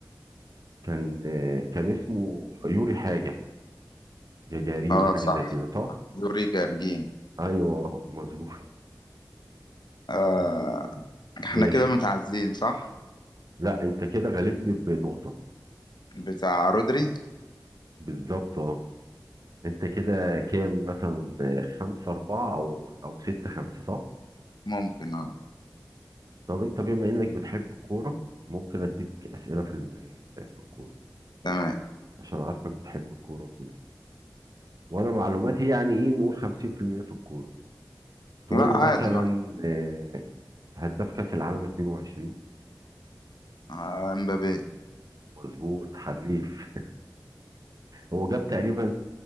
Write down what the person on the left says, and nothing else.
اه
صح
يوري جارجين
آه
احنا
كده متعادلين صح
بتاع رودري
ممكن اه
تمام
لا
عادي
بقى
آه، امبابي